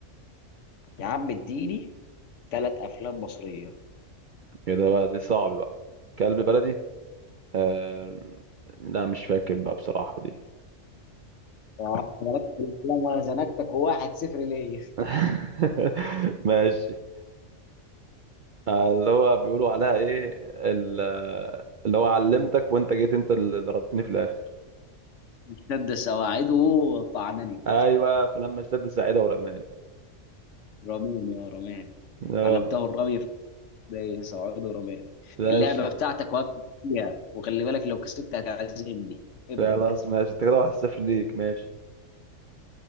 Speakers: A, on the left; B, on the right.
A: يا عم اديني ثلاث افلام مصرية
B: كده بقى دي صعب بقى كلب بلدي آه لا مش فاكر بقى بصراحه دي
A: آه، أنا ركبت الأفلام وأنا زنقتك واحد صفر ليا
B: <laughs> <laughs> ماشي آه، اللي هو بيقولوا عليها ايه ال- اللي هو علمتك وانت جيت انت اللي ضربتني في الاخر
A: اشتد سواعده طعنني
B: ايوه فلما اشتد ساعدة ورماني
A: رميني يا رماني
B: اه
A: علمته الرمي سواعده رماني
B: ماشي
A: اللعبة بتاعتك وقفت فيها وخلي بالك لو كسبت هتعزمني ابدأ
B: خلاص ماشي انت كده واحد صفر ليك ماشي